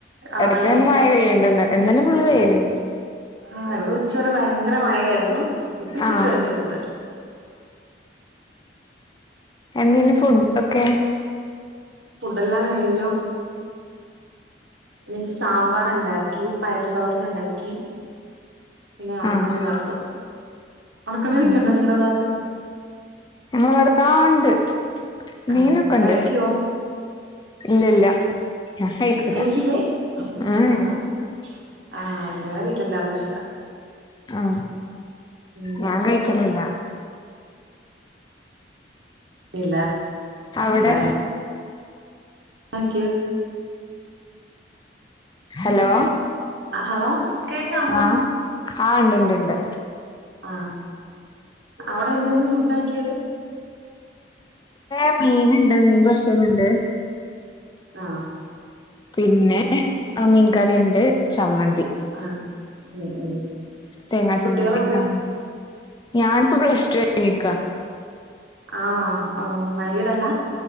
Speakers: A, on the right; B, on the left.
A: ആണല്ലേ
B: എടയ്ക്ക് പിന്നെ മഴ പെയ്യണ്ട് ഇന്ന ഇന്നലെ ഫുള്ള് വെയില്
A: ആ ഇവിടെ ഉച്ചവരെ ഭയങ്കര മഴയായിരുന്നു ഇപ്പ ഇച്ചി
B: ആഹ്
A: തെളിഞ്ഞിട്ടുണ്ട്
B: എന്തെിലും ഫുഡൊക്കെ
A: എല്ലാം കഴിഞ്ഞു എനിക് സാമ്പാർ ഉണ്ടാക്കി പയറു തോരൻ ഉണ്ടാക്കി പിന്നെ ഉണക്കമീൻ
B: ആഹ്
A: വറുത്തു ഉണക്കമീനൊക്കെ
B: ഉം
A: ഉണ്ടോ നിങ്ങളുടെ ഭാഗത്ത്
B: <unintelligible> ആ ഉണ്ട്
A: ആണോ
B: മീനൊക്കെ ഒണ്ട്
A: കഴിക്കുവോ
B: ഇല്ലില്ല ഞാൻകയിക്കൂല്ല
A: കഴിക്കില്ലേ
B: ആ
A: ആഹ് ആഹ് ഞങ്ങടെ വീട്ടിലെല്ലാർക്കും ഇഷ്ടാ
B: ആ
A: ഉം
B: ഞാൻ കഴിക്കലില്ല
A: ഇല്ലാ
B: അവിടെ
A: ല്ലേ ആക്കിയത്
B: ഹലോ
A: ഹലോ കേക്കാമോ?
B: ആ ആ ഉണ്ട് ണ്ട് ഉണ്ട്
A: ആ അവിടെ എന്താ ഇന്ന് ഫുഡ് ആക്കിയത്
B: ഇവ്ടേ മീൻണ്ട് മീൻ പൊരിച്ചതു ഇണ്ട്
A: ആ
B: പിന്നെ മീൻകറിയുണ്ട് ചമ്മന്തി
A: ആ ഉം ഉം
B: തേങ്ങാ
A: കുട്ടികളൊക്കെ
B: ചമ്മന്തി ആ ഞാനിപ്പോ പ്ലസ് ടു കഴിഞ്ഞ് നിക്കാ
A: ആണോ ഹ മാരീഡല്ലാ